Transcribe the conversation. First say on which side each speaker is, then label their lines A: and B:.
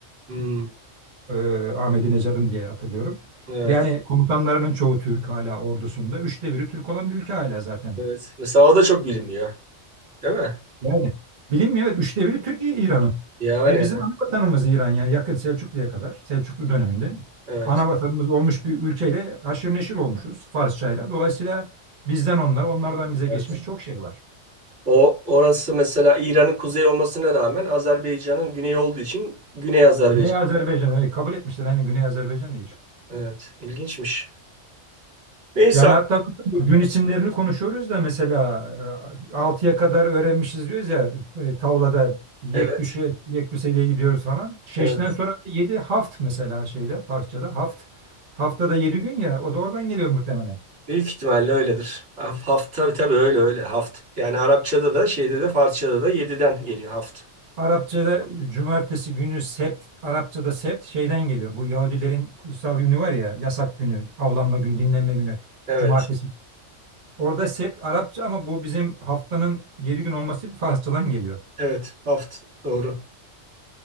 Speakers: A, on the right (about 65°); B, on the right (about 45°).
A: Hmm.
B: E, Ahmedi Necadın diye hatırlıyorum.
A: Evet.
B: Yani komutanlarının çoğu Türk hala ordusunda. Üçte biri Türk olan bir ülke hala zaten
A: Evet. Mesela o da çok bilinmiyor değil mi?
B: Yani bilinmiyor. Evet, Üçte biri Türkiye, İran'ın.
A: Yani
B: Ve
A: evet.
B: bizim ana vatanımız İran yani yakın Selçuklu'ya kadar, Selçuklu döneminde
A: Evet.
B: ana vatanımız olmuş bir ülkeyle haşır neşir olmuşuz Farsçayla. Dolayısıyla bizden onlar, onlardan bize
A: Evet.
B: geçmiş çok şey var.
A: O orası mesela İran'ın kuzey olmasına rağmen Azerbaycan'ın güneyi olduğu için Güney Azerbaycan.
B: Güney Azerbaycan hani kabul etmişler. Hani Güney Azerbaycan diye
A: Evet, ilginçmiş. Neyse,
B: Yani hatta gün isimlerini konuşuyoruz da mesela e, 6'ya kadar öğrenmişiz diyoruz ya e, tavlada yek
A: evet.
B: düşe yek düseliğe gidiyoruz falan. Şeşten
A: Evet.
B: sonra 7 haft mesela şeyde Farsçada haft. Haftada 7 gün ya o da oradan geliyor muhtemelen.
A: Büyük ihtimalle öyledir. Haf- Haft tabii tabii öyle öyle haft. Yani Arapçada da şeyde de Farsçada da yediden geliyor haft.
B: Arapçada cumartesi günü sept, Arapçada sept şeyden geliyor. Bu Yahudilerin kutsal günü var ya yasak günü, avlanma günü, dinlenme günü
A: Evet.
B: cumartesi. Orada sept Arapça ama bu bizim haftanın 7 gün olması Farsçadan geliyor.
A: Evet, haft doğru.